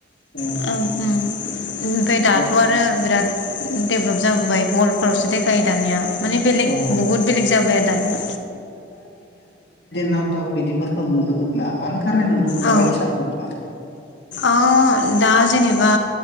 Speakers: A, on the left; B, on the left.
A: औ
B: <inaudible> ओमफ्राय दाथ'
A: एनै
B: आरो बिराद। देभ्लप जाबोबाय हल फोरावसो देखायो दानिया माने बेलेग
A: औ
B: बहुत बेलेग जाबोबाय आरो। दानिया।
A: नाथक बिदिफोरखौ नुनो मोनला मानो खारनै नुनो मोनला
B: औ
A: बायदि सानो नोंथाङा
B: औ दा जेनेबा